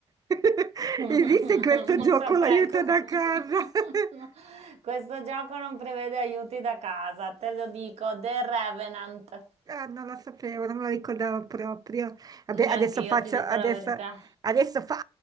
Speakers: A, on the right; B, on the right.
A: <laughs>
B: <laughs>
A: Esiste questo
B: Non
A: gioco,
B: saprei
A: l'aiuto
B: co-
A: da casa?
B: <laughs>
A: <laughs>
B: no. Questo gioco non prevede aiuti da casa, te lo dico, The Revenant.
A: Ah, non la sapevo, non me la ricordavo proprio. Vabbè, adesso
B: Neanche io
A: faccio,
B: ti dico
A: adesso,
B: la verità.
A: adesso fa...